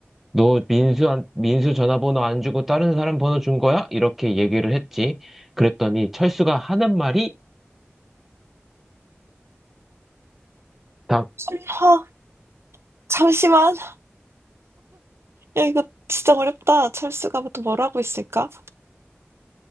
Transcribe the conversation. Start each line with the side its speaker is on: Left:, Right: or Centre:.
Centre: 너 민수한, 민수 전화번호 안 주고 다른 사람 번호 준 거야? 이렇게 얘기를 했지. 그랬더니 철수가 하는 말이 다
Right: 설마, 잠시만. 야, 이거 진짜 어렵다. 철수가 또 뭘 하고 있을까?